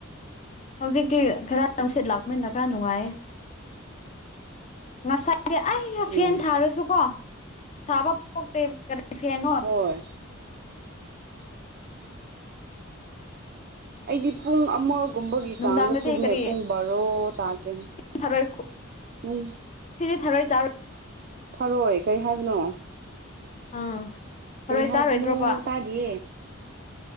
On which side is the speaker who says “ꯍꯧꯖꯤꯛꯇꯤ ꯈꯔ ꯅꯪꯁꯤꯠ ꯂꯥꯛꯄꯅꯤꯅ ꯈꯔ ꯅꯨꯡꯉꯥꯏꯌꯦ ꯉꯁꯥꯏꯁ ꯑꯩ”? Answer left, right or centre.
Left